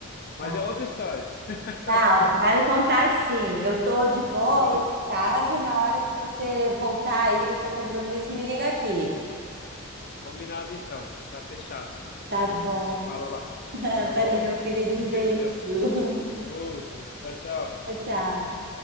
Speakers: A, on the left; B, on the right.
A: Mas
B: tá.
A: é outra história. <laughs>
B: Não, você vai me contar sim. Eu tô de boa
A: Te conto.
B: hoje em casa. Na hora que você voltar aí do seu compromisso, me liga aqui.
A: Combinado então, tá fechado.
B: Tá
A: Aí
B: bom.
A: a gente se fala lá,
B: <laughs>
A: tá
B: Valeu,
A: bom?
B: querido. Um
A: Beijão.
B: beijo. <laughs>
A: Outro. Tchau, tchau.
B: Tchau, tchau.